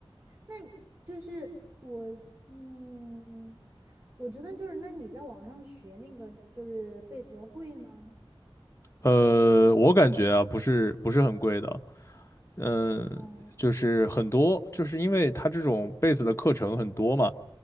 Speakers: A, on the right; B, on the left.
A: 那就是我，嗯，我觉得就是那你在网上学那个就是贝斯多贵吗？
B: 呃，我感觉啊，不是不是很贵的，嗯、
A: 哦
B: 就是很多，就是因为它这种贝斯的课程很多嘛，